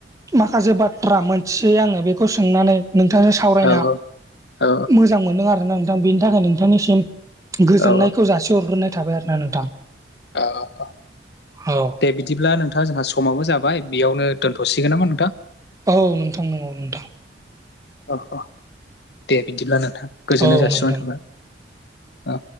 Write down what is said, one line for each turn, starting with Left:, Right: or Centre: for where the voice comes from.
Right: माखासे बाथ्रा मोनथियै आङो बेखौ सोंनानै नोंथांजों सावरायना
Left: औ औ
Right: मोजां मोनो आरो ना नोंथां बेनि थाखाय नोंथांनिसिम गोजोननायखौ
Left: औ
Right: जासिहरग्रोनाय थाबाय आरो ना नोंथां।
Left: ओ ओ ओ,
Right: औ
Left: दे बिदिब्ला नोंथां जोंहा समावबो जाबाय बेयावनो दोनथ'सिगोन नामा नोंथां?
Right: औ नोंथां नंगौ नोंथां।
Left: अ अ, दे बिदिब्ला नोंथां गोजोननाय
Right: औ
Left: जासि
Right: नोंथां।
Left: हरनाय थाबाय। ओ।